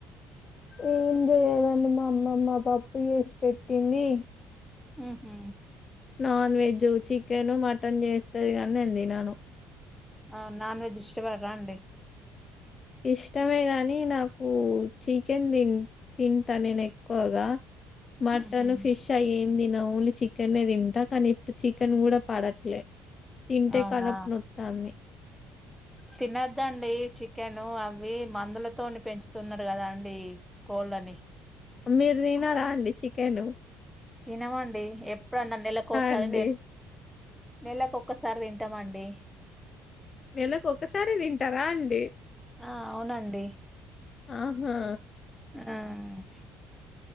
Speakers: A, on the left; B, in the centre.
A: ఏం చేయదండి మా అమ్మమ్మ పప్పు చేసి పెట్టింది
B: ఉహు
A: నాన్ వెజ్ చికెను మటన్ చేస్తది కాని నేను తినను
B: ఆ నాన్ వెజ్ ఇష్టపడరా అండి
A: ఇష్టమే గాని నాకు చికెన్ తి తింటా నేను ఎక్కువగా మటన్
B: ఉహూ.
A: ఫిష్ అయేం తిన ఓన్లీ చికెన్ తింటా కానీ ఇప్పుడు చికెన్ కూడా పడట్లే తింటే
B: అవునా
A: కడుపు నొత్తాంది
B: తనద్దండి చి చికెన్ అవి మందులతోని పెంచుతున్నారు కదా అండి కోళ్ళని
A: మీరు తినారా అండి చికెను
B: తినమండి ఎప్పుడున్నా నెలకు ఒకసారి
A: అండి
B: నెలకు ఒక్కసారి తింటామండి డి
A: నెలకు ఒక్కసారే తింటారా అండి
B: ఆ అవునండి
A: ఆ హా
B: ఆ